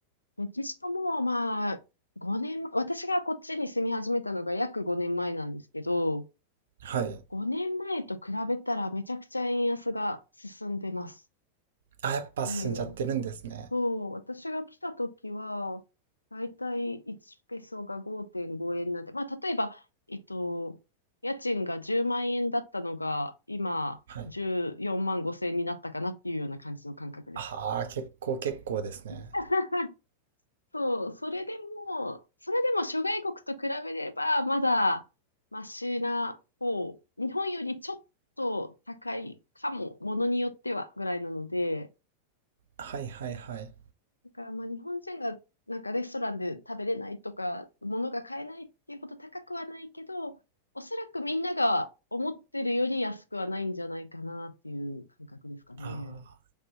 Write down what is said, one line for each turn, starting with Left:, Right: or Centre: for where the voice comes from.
Left: メキシコも、まあ、5年、私がこっちに住み始めたのが約5年前なんですけど、
Right: はい。
Left: 5年前と比べたらめちゃくちゃ円安が進んでます。
Right: あ、やっぱ進んじゃってるんですね。
Left: ええ。そう、私が来た時は、だいたい1ペソが5.5円なんで、まあ、例えば、えっと、家賃が10万円だったのが、今、
Right: はい。
Left: 14万5千円になったかなっていうような感じの感覚です。
Right: ああ、結構結構ですね。
Left: <laughs> そう、それでも、それでも諸外国と比べれば、まだマシな方、日本よりちょっと高いかも、ものによってはぐらいなので、
Right: はいはいはい。
Left: だからまあ日本人がなんかレストランで食べれないとか、物が買えないっていうほど高くはないけど、おそらくみんなが思ってるより安くはないんじゃないかなっていう感覚ですかね。
Right: ああ。